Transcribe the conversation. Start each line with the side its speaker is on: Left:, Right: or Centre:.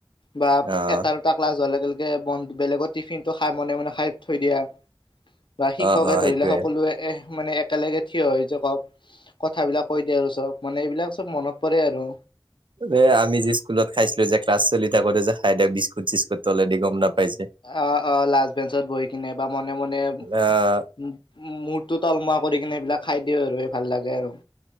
Left: বা
Right: অ',
Left: এটাৰ এটা ক্লাছ হোৱাৰ লগে লগে বন, বেলেগৰ টিফিনটো খাই মনে মনে খাই থৈ দিয়া। বা শিক্ষকে
Right: অ', অ',
Left: ধৰিলে,
Right: সেইটোয়ে।
Left: সকলোৱে এহ, মানে একেলগে থিয় হৈ জোকা, কথাবিলাক কৈ দিয়া আৰু চ'ব মানে এইবিলাক চ'ব মনত পৰে আৰু।
Right: এই, আমি যে স্কুলত খাইছিলো যে ক্লাচ চলি থাকোঁতে যে খাই দিওঁ, বিস্কুট-চিস্কুট তলেদি গম নাপাই যে।
Left: অ, অ, লাষ্ট বেঞ্চত বহি কেনে বা মনে, মনে,
Right: আহ
Left: উম, মূৰটো তলমোৱা কৰি কিনে খাই দিওঁ আৰু সেই ভাল লাগে আৰু।